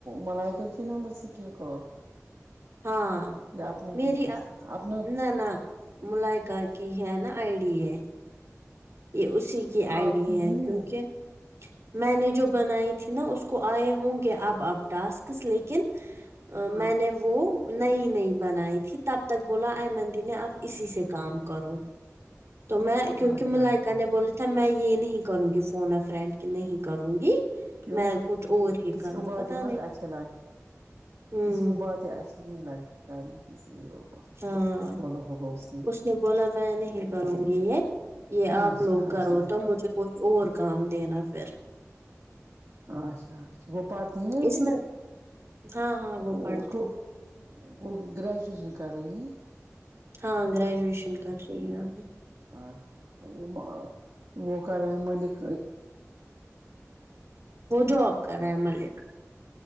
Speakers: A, on the right; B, on the right.
A: ملائکہ کے نمبر سے کیا کال
B: ہاں
A: یا اپنے
B: میری
A: نمبر سے اپنا
B: نہ نہ ملائکہ کی ہے نا آئی ڈی ہے یہ اسی کی آئی
A: آپ
B: ڈی
A: کی نہیں
B: ہے کیونکہ میں نے جو بنائی تھی نا اس کو آئے ہوں گے اب اب ٹاسکس لیکن
A: ہاں
B: میں نے وہ نئی نئی بنائی تھی تب تک بولا ایمن دی نے آپ اسی سے کام کرو تو میں
A: اچھا
B: کیونکہ
A: اچھا
B: ملائکہ
A: اچھا
B: نے بولا تھا میں یہ نہیں کروں گی فون آ فرینڈ کہ نہیں کروں گی
A: کیوں
B: میں کچھ اور ہی
A: کسی
B: کروں
A: کو
B: گی
A: بات
B: پتا
A: مس
B: نہیں
A: اچھے لگ
B: ہوں
A: کسی کو باتیں اچھی نہیں لگتی شاید اسیلے وہ
B: ہاں
A: بولا ہوگا اس نے
B: اس نے بولا میں نہیں کروں گی یہ یہ آپ
A: اچھا
B: لوگ کرو
A: اچھا
B: تو مجھے کوئی اور کام دینا پھر
A: اچھا اچھا وہ پڑتی ہیں ابھی
B: اس میں ہاں ہاں
A: وہ
B: پڑھتی
A: اس کو وہ گریجویشن کر رہی ہیں
B: ہاں گریجویشن کر رہی ہے ابھی
A: اچھا وہ کر رہے ہیں ملک
B: وہ جاب کر رہے ہیں ملک